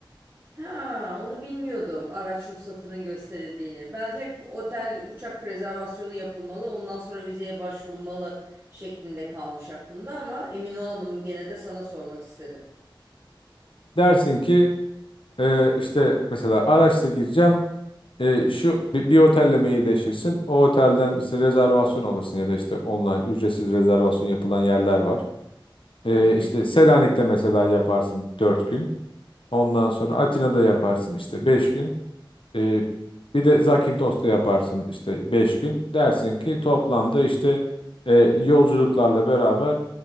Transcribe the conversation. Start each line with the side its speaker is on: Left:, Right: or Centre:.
Right: Ha, onu bilmiyordum araç ruhsatının gösterildiğini. Ben hep otel uçak rezervasyonu yapılmalı, ondan sonra vizeye başvurulmalı şeklinde kalmış aklımda ama emin olamadım gene de sana sormak istedim.
Left: Dersin ki e, işte mesela araçla gireceğim e, şu bir, bir otelle mailleşirsin o otelden işte rezervasyon alırsın ya da işte online ücretsiz rezervasyon yapılan yerler var. E,
Right: Hı hı.
Left: işte Selanik'te mesela yaparsın 4 gün. Ondan sonra Atina'da yaparsın işte 5 gün. Ee, bir de Zakintos'ta yaparsın işte 5 gün. Dersin ki toplamda işte e, yolculuklarla beraber